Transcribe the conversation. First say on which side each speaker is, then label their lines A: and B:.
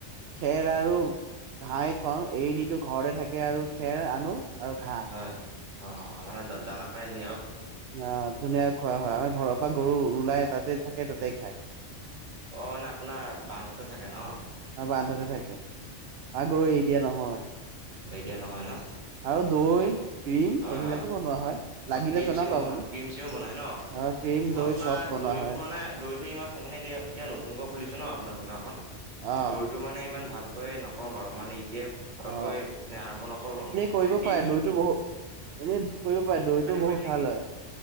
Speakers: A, on the right; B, on the right.
A: খেৰ আৰু ঘাহ খোৱাওঁ এইৰিনিদিও ঘৰতে থাকে আৰু খেৰ আনো আৰু ঘা।
B: হয় অ মানে দানা পানী ধুনীয়া
A: আহ ধুনীয়াক খোৱা হয় আমাৰ ঘৰৰ পৰা গৰু ওলাই টাতে থাকে তাতে খায়
B: অ মানে আপোনাৰ বান্ধতে থাকে ন?
A: অ বান্ধাতে থাকে আগৰু এৰি দিয়া নহয়।
B: এৰি দিয়া নহয় ন?
A: আৰু দৈ ক্ৰীম
B: হয়
A: এইবিলাকো
B: হয়
A: বনোৱা হয় লাগিলে
B: ক্ৰীম
A: জনাব
B: চম
A: আপুনি
B: ক্ৰীম চিম বনাই ন?
A: অ ক্ৰীম
B: মই
A: দৈ
B: আপোনাৰ
A: চব বনোৱা
B: দৈটো
A: হয়
B: মানে দৈটো ইমান সোনে এতিয়া এতিয়া নতুনকৈ খুলিছে ন আপোনাৰ দোকানখন?
A: অ
B: দৈতটো মানে ইমান ভালকৈ নকওঁ বাৰু মানে এতিয় সৰককৈ
A: অ
B: আৰম্ভ নকৰো
A: কৰিব
B: কি
A: পাৰে দৈটো বহ এনেই কৰিব পাৰে দৈতটো বহুত
B: পাৰিম নেকি
A: ভাল হয়